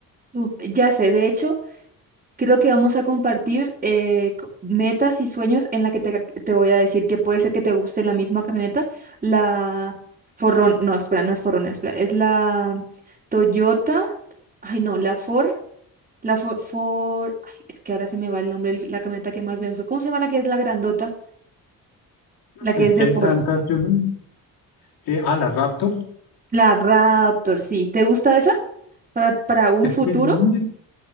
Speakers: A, on the right; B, on the left.
A: uf, Ya sé, de hecho, creo que vamos a compartir eh, co- metas y sueños en la que te, te voy a decir que puede ser que te guste la misma camioneta, la Forrón, no, espera, no es Forrón, espera, es la Toyota, ay no, la Ford, la Ford, Ford, ay, es que ahora se me va el nombre, el- la camioneta que más me gusta. ¿Cómo se llama la que es la grandota? La que
B: Es
A: es
B: que
A: de
B: hay
A: Ford,
B: tantas, yo no- eh, ah, la Raptor.
A: la Raptor, sí. ¿Te gusta esa? Para, para un
B: Es
A: futuro.
B: que mm,